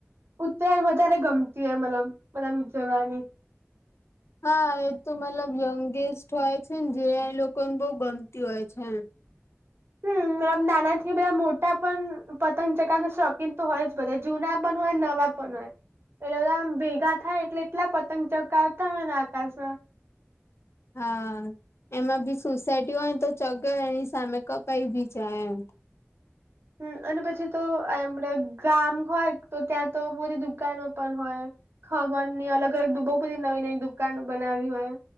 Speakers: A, on the right (about 55°); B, on the left (about 65°).
A: ઉદ્યાન વધારે ગમતી એ મતલબ મધ ઉદ જગની
B: હા એ તો મતલબ યંગેસ્ટ હોય છે ને જે લોકોને બહુ ગમતી હોય છે
A: હમ મતલબ નાના થી બધા મોટા પણ પતંગ ચગાવવાના શોખીન તો હોય જ બધા જૂના પણ હોય નવા હો પલે બધામ ભેગા થાય એટલે એટલા પતંગ ચોકાવતા હોય ને આકાશમાં
B: હા એમાં બી સોસાયટી હોયને તો ચગે એની સામે કપાઈ બી જાય એમ
A: હમ અને પછી તો એમડ ગામ હોય તો ત્યાં તો બધી દુકાનો પણ હોય ખવાનની અલગ અલગ બહુ બધી નવી નવી દુકાનો બનાવી હોય